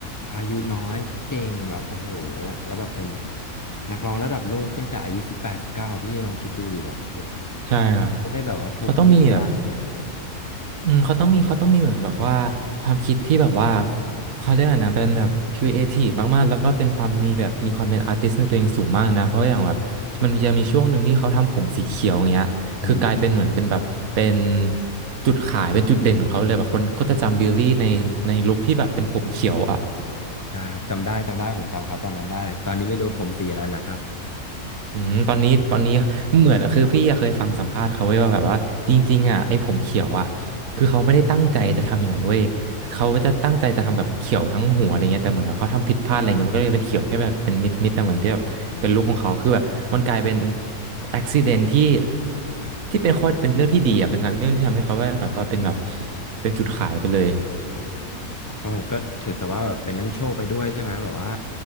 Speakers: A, on the left; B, on the right.
A: อายุน้อยเก่งแบบโอ้โหแล้วแบบเป็นนักร้องระดับโลกตั้งแต่อายุสิบแปดสิบเก้าพี่ลองคิดดูดิแบบโอ้โห
B: ใช่ครับ
A: ไม่ได้แบบว่าทุกคนที่ทำได้ใช่ไหมครับ
B: เขาต้องมีแบบอืมเขาต้องมีเขาต้องมีเหมือนแบบว่าความคิดที่แบบว่าเขาเรียกอะไรนะเป็นแบบครีเอทีฟมากๆแล้วก็เป็นความมีแบบมีความเป็นอาร์ติสในตัวเองสูงมากนะเพราะอย่างแบบมันมีจะมีช่วงหนึ่งที่เขาทำผมสีเขียวอย่างเงี้ยคือกลายเป็นเหมือนเป็นแบบเป็น
A: อืม
B: จุดขายเป็นจุดเด่นของเขาเลยแบบคนก็จะจำบิลลี่ในในลุคที่แบบเป็นผมเขียวอ่ะ
A: ใช่ครับจำได้จำได้ผมจำเขาตอนนั้นได้เลยตอนนี้ไม่รู้ผมสีอะไรแล้วครับ
B: อืมตอนนี้ตอนนี้เหมือนคือพี่อะเคยฟังสัมภาษณ์เขาไว้ว่าแบบว่าจริงๆอ่ะไอ้ผมเขียวอ่ะคือเขาไม่ได้ตั้งใจจะทำอย่างนั้นเว้ยเขาจะตั้งใจจะทำแบบเขียวทั้งหัวอะไรเงี้ยแต่เหมือนว่าเขาทำผิดพลาดอะไรเงี้ยมันก็เลยเป็นเขียวแค่แบบเป็นนิดๆิดนะเหมือนที่แบบเป็นลูกของเขาคือแบบมันกลายเป็น
A: อ่า
B: อุบิเหตุที่ที่เป็นข้อเป็นเรื่องที่ดีอ่ะเป็นเรื่องที่ทำให้เขาว่าแบบว่าเป็นแบบเป็นจุดขายไปเลย
A: ครับผมก็ถือซะว่าแบบเป็นเรื่องโชคไปด้วยใช่ไหมแบบว่า